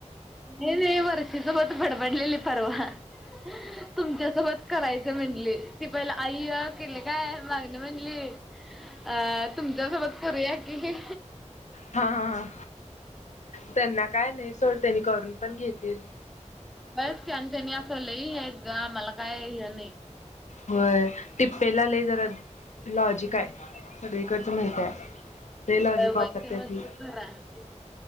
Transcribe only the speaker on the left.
हा हा हा त्यांना काय नाही सोड त्यांनी करून पण घेतील.
व्हंय टिपे लई जरा लॉजिक आहे. सगळीकडचं
माहित आहे ते लॉजिक
वापरते
ती